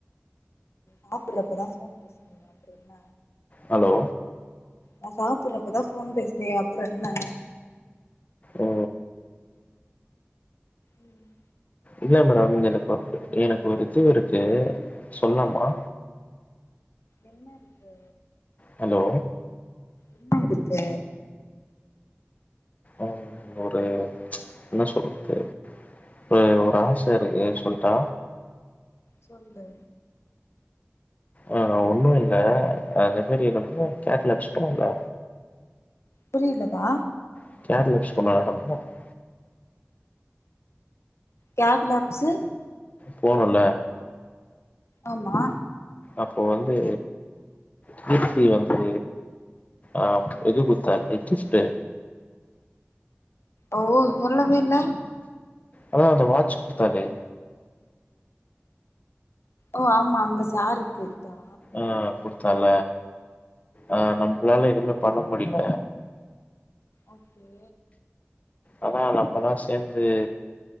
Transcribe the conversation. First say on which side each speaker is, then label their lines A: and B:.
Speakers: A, on the left; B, on the left.
A: சாப்புறப்பதா தா ஃபோன் பேசுனீங்க அப்றோ என்ன
B: ஹலோ
A: நா சாப்புறப்பதா ஃபோன் பேசுனீங்க அப்றோ என்ன
B: ஓ
A: ம்
B: இல்ல மேடம் எனக்கு ஒரு எனக்கொரு இது இருக்கு சொல்லாமா
A: என்ன இருக்கு
B: ஹலோ
A: என்ன இருக்கு
B: அம் ஒரு என்ன சொல்றது ஒரு ஒரு ஆச இருக்கு சொல்ட்டா
A: சொல்லு
B: ஆ ஒன்னு இல்ல அதே மாரி நம்ம <unintelligible> இல்ல
A: புரிலப்பா
B: <unintelligible>
A: கேப் நப்ஸு
B: போனுல
A: ஆமா
B: அப்போ வந்து கீர்த்தி வந்து ஆ இது குடுத்தா கிஃப்ட்டு
A: ஓ சொல்லவே இல்ல
B: அதா அந்த வாட்ச் குடுத்தாலே
A: ஓ ஆமா அந்த சாருக் குடுத்தா
B: ஆ குடுத்தால ஆ நம்ளால எதுமே பண்ண முடில
A: ஓகே
B: அதா நம்மல்லா சேர்ந்து